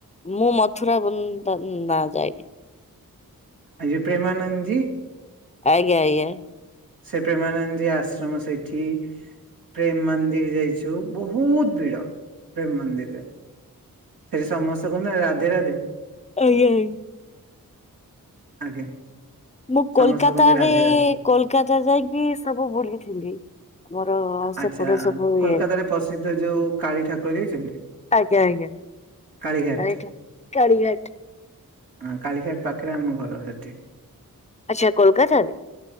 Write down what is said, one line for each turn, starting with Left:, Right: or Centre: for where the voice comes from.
Left: ମୁଁ ମଥୁରା ବ୍ରୁନ୍ଦା ବା ଯାଇନି।
Right: ଆଉ ଯେ ପ୍ରେମାନନ୍ଦ ଜି।
Left: ଆଜ୍ଞା ଆଜ୍ଞା।
Right: ସେ ପ୍ରେମାନନ୍ଦୀ ଥୀ ଆଶ୍ରମ ସେଇଠି। ପ୍ରେମ ମନ୍ଦିର ଯାଇଛୁ ବହୁତ ଭିଡ ପ୍ରେମ ମନ୍ଦିରରେ। ସେଠି ସମସ୍ତେ କୁହନ୍ତି ରାଧେ ରାଧେ।
Left: ଆଜ୍ଞା ଆଜ୍ଞା।
Right: ଆଜ୍ଞା।
Left: ମୁଁ
Right: ସମସ୍ତେ
Left: କୋଲକାତାରେ
Right: କୁହନ୍ତି ରାଧେ ରାଧେ
Left: କୋଲକାତା ଯାଇକି ସବୁ ବୁଲିଥିଲି। ଆମର
Right: ଆଚ୍ଛା
Left: ସେପଟେ ସବୁ
Right: କୋଲକାତାରେ
Left: ଇଏ
Right: ପ୍ରସିଦ୍ଧ ଯୋଉ କାଳୀ ଠାକୁର ଯାଇଛନ୍ତି?
Left: ଆଜ୍ଞା ଆଜ୍ଞା।
Right: କାଳିଘାଟ।
Left: ରାଇଟ। କାଳିଘାଟ।
Right: ହଁ କାଳିଘାଟ ପାଖରେ ଆମ ଘର ସେଠି।
Left: ଆଚ୍ଛା କୋଲକାତାରେ।